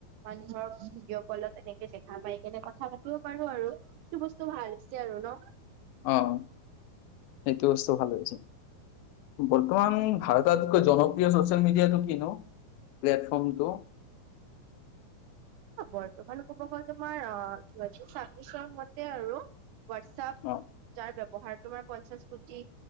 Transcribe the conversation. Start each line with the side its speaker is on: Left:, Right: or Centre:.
Right: মানুহৰ ভিডিঅ' কলত তেনেকে দেখা পাই কেনে কথা পাতিব পাৰো আৰু এইটো বস্তু ভাল হৈছে আৰু ন
Left: অহ সেইটো বস্তু ভালে হৈছে বৰ্তমান ভাৰতৰ আতাইটকৈ জনপ্ৰিয় চচিয়েল মিডিয়াটো কি নো প্লেটফৰ্মটো
Right: অহ বৰ্তমান ক'ব গ'লে মই অহ দুই হাজাৰ চাবিচৰ মতে আৰু হোৱাটছপ
Left: অ
Right: যাৰ ব্যৱহাৰ তোমাৰ পঞ্চাশ কোটি